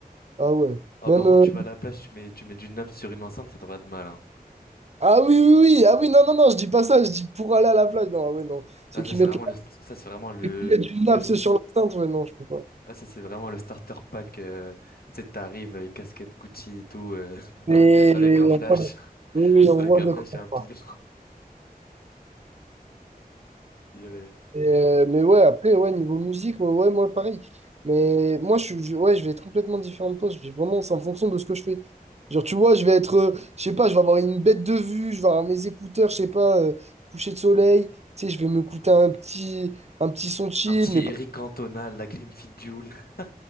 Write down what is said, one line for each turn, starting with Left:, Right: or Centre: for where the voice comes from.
Right: Ah ouais.
Left: Ah,
Right: Même
Left: par
Right: euh,
Left: contre, tu vas à la plage, tu mets, tu mets du Naps sur une enceinte, ça devrait être mal. hein.
Right: Ah oui, oui, oui, ah oui, non, non, non, je dis pas ça, je dis pour aller à la plage. Non, ah ouais, non. Ceux
Left: Ah,
Right: qui
Left: ça, c'est
Right: mettent,
Left: vraiment le, ça, c'est vraiment le,
Right: la- mettent du Naps
Left: le,
Right: sur l'enceinte, ouais, non, je peux pas.
Left: Ah, ça, c'est vraiment le starter pack. euh, tu sais, t'arrives avec casquette Gucci et tout, euh, <laughs>
Right: Mais
Left: avec
Right: mais
Left: un flash,
Right: on voit, oui,
Left: <laughs>
Right: oui, on
Left: avec
Right: voit
Left: un
Right: de
Left: flash
Right: quoi on
Left: et un pilon.
Right: parle.
Left: <laughs> je dirais.
Right: Et, euh, mais ouais, après, ouais, niveau musique, ouais, ouais, moi pareil. Mais moi, je, suis- je- ouais, je vais être complètement différent de toi. Je vais vraiment, c'est en fonction de ce que je fais. Genre, tu vois, je vais être, euh, je sais pas, je vais avoir une bête de vue, je vais avoir mes écouteurs, je sais pas, euh, coucher de soleil. Tu sais, je vais m'écouter un petit, un petit son chill,
Left: Un petit
Right: mais pas...
Left: Eric Cantona, la Clim Joule. <laughs>